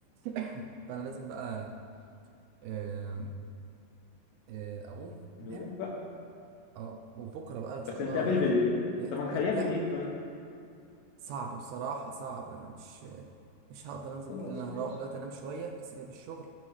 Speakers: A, on the right; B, on the left.
A: <coughs> فانا لازم بقى آه، آه، اقوم
B: نقوم
A: انام
B: بقى
A: اه وبكره بقى ان شاء
B: بس
A: الله
B: نتقابل بالليل
A: نت...
B: طب ما نخليها
A: آه، لا
B: بالليل طيب
A: صعب بصراحه صعب انا مش مش هقدر انزل
B: خلاص
A: بالليل انا
B: ماشي
A: هروح دلوقتي انام شويه لسه جاي من الشغل